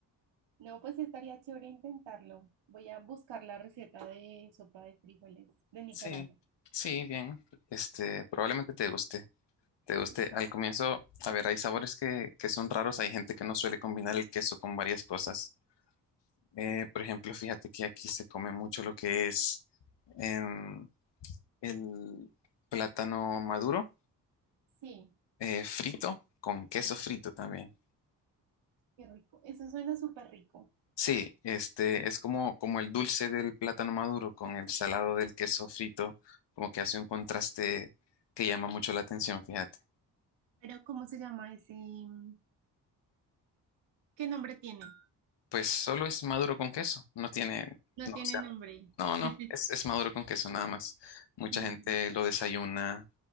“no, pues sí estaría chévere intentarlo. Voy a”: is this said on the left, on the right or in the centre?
Right